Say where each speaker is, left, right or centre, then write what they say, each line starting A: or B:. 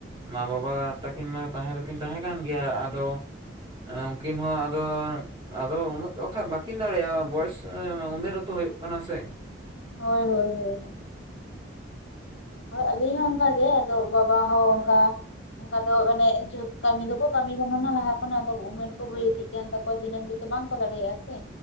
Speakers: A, on the right (about 25°); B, on the left (about 65°).
A: ᱢᱟ ᱵᱟᱵᱟ ᱛᱟᱹᱠᱤᱱ ᱢᱟ ᱛᱟᱦᱮᱸ ᱫᱚᱠᱤᱱ ᱛᱟᱦᱮᱸ ᱠᱟᱱ ᱜᱮᱭᱟ ᱟᱫᱚ ᱩᱱᱠᱤᱱ ᱦᱚᱸ ᱟᱫᱚ ᱟᱫᱚ ᱩᱱᱟᱹᱜ ᱫᱚ ᱵᱟᱠᱷᱟᱡ ᱵᱟᱹᱠᱤᱱ ᱫᱟᱲᱮᱭᱟᱜᱼᱟ ᱵᱚᱭᱮᱥ ᱩᱢᱮᱨ ᱦᱟᱛᱚ ᱦᱩᱭᱩᱜ ᱠᱟᱱᱟ ᱥᱮ
B: ᱦᱳᱭ ᱦᱳᱭ ᱦᱳᱭ᱾ ᱦᱳᱭ ᱟᱹᱞᱤᱧ ᱦᱚᱸ ᱚᱱᱠᱟᱜ ᱜᱮ ᱟᱫᱚ ᱵᱟᱵᱟ ᱦᱚᱸ ᱚᱱᱠᱟ ᱚᱱᱠᱟ ᱫᱚ ᱢᱟᱱᱮ ᱡᱩᱛ ᱠᱟᱹᱢᱤ ᱫᱚᱠᱚ ᱠᱟᱹᱢᱤ ᱠᱟᱱᱟ ᱱᱟᱦᱟᱜ ᱞᱟᱦᱟ ᱠᱷᱚᱱᱟᱜ ᱫᱚ ᱩᱢᱮᱨ ᱠᱚ ᱦᱩᱭ ᱤᱫᱤᱜ ᱜᱟᱱ ᱛᱟᱠᱚᱣᱟ ᱫᱤᱱᱟᱹᱢ ᱜᱮᱛᱚ ᱵᱟᱝᱠᱚ ᱫᱟᱲᱮᱭᱟᱜᱼᱟ ᱥᱮ